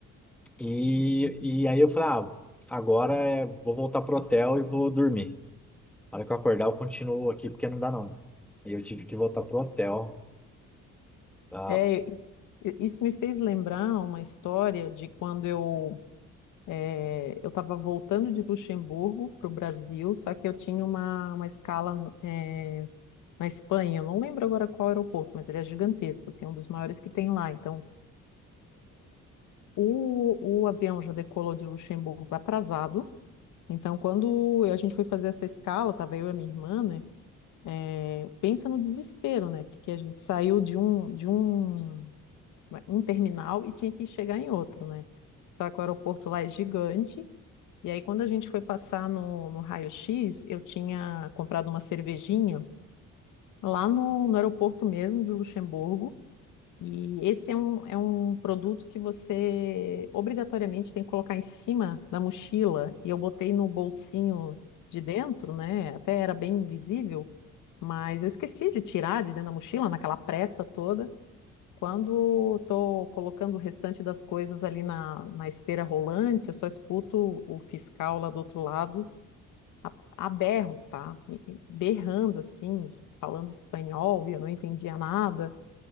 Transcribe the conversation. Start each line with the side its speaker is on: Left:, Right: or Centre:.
Centre: e, e aí eu falei, ah, agora é, vou voltar pro hotel e vou dormir. Na hora que eu acordar, eu continuo aqui porque não dá não. Aí eu tive que voltar pro hotel. Ah,
Left: É, is- isso me fez lembrar uma história de quando eu eh, eu estava voltando de Luxemburgo para o Brasil, só que eu tinha uma, uma escala eh, na Espanha, eu não lembro agora qual aeroporto, mas ele é gigantesco, assim, é um dos maiores que tem lá. Então, o, o avião já decolou de Luxemburgo atrasado. Então, quando a gente foi fazer essa escala, tava eu e a minha irmã, né? é, pensa no desespero, né? Porque a gente saiu de um, de um, é, um terminal e tinha que chegar em outro, né? Só que o aeroporto lá é gigante. E aí, quando a gente foi passar no, no raio-x, eu tinha comprado uma cervejinha lá no, no aeroporto mesmo de Luxemburgo. E esse é um, é um produto que você obrigatoriamente tem que colocar em cima da mochila. E eu botei no bolsinho de dentro, né? Até era bem visível, mas eu esqueci de tirar de dentro da mochila, naquela pressa toda. Quando estou colocando o restante das coisas ali na, na esteira rolante, eu só escuto o fiscal lá do outro lado a, a berros, tá? E- e Berrando assim, falando espanhol, e eu não entendia nada.